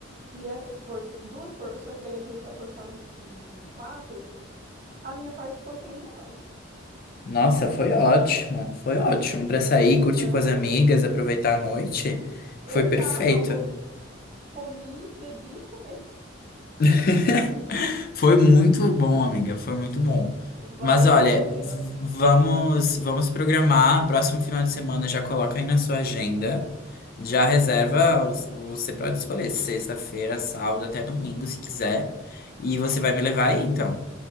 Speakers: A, on the right (about 35°); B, on the left (about 50°).
A: e essas por, duas porções aí a gente, a porção a gente dividiu em quatro, a minha parte ficou cem reais
B: Nossa, foi ótimo. Foi ótimo pra sair, curtir
A: né?
B: com as amigas, aproveitar a noite.
A: Exato,
B: Foi perfeito.
A: ó, com- comi, bebi e fumei.
B: <laughs> Foi muito bom, amiga, foi muito bom.
A: <laughs> Valeu
B: Mas olha,
A: a pena.
B: v-
A: viu?
B: vamos vamos programar, próximo final de semana já coloca aí na sua agenda, já reserva, os- você pode escolher sexta-feira, sábado até domingo, se quiser, e você vai me levar aí então,